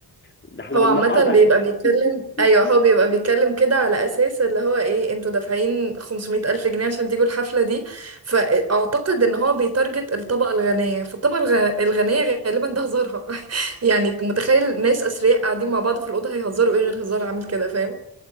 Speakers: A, on the left; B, on the right.
A: ده احنا
B: هو
A: بننقطك
B: عامة بيبقى بيتكلم
A: <laughs>
B: أيوه هو بيبقى بيتكلم كده على أساس اللي هو إيه انتوا دافعين 500 ألف جنيه عشان تيجوا الحفلة دي فأعتقد إن هو بيتارجت الطبقة الغنية فالطبقة الغ- الغنية غالبا ده هزارها <laughs> يعني متخيل ناس أثرياء قاعدين مع بعض في الأوضة هيهزروا إيه غير هزار عامل كده فاهم؟